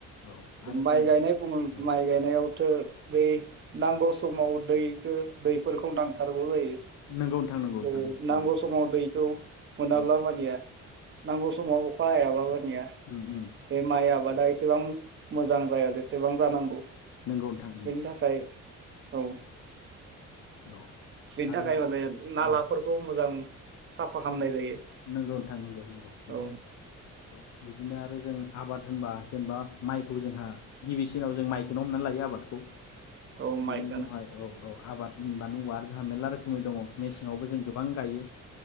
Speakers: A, on the left; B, on the right.
A: औ आरो
B: माइ
A: जों
B: गायनाय बुङो
A: औ
B: माइ गायनायावथ' बै नांगौ समाव दैखो दैफोरखौ नांथारगौ जायो।
A: नंगौ नोंथां नंगौ नोंथां
B: जेरै
A: औ नंगौ
B: नांगौ समाव दैखौ मोनाब्ला
A: औ
B: मानिया नांगौ समाव अखा हायाबाबो निया
A: उम उम
B: बे माइयाव आबादा एसेबां मोजां जाया जेसेबां जानांगौ
A: नंगौ नोंथां
B: बेनि थाखाय औ
A: औ
B: बेनि
A: आरो
B: थाखाय
A: जों
B: माने नालाफोरखौ
A: औ
B: मोजां साफा खालामनाय जायो
A: नंगौ नोंथां
B: औ
A: औ बिदिनो आरो जों आबाद होनबा जेनेबा माइखौ जोंहा गिबिसिनाव जों माइखौनो हमनानै लायो आबादखौ
B: औ माइखौनो
A: बेनो जहाय औ औ आबाद होनबा नो आरो जोंहा मेरला रोखोमै दंङ मेसेंङावबो जों गोबां गायो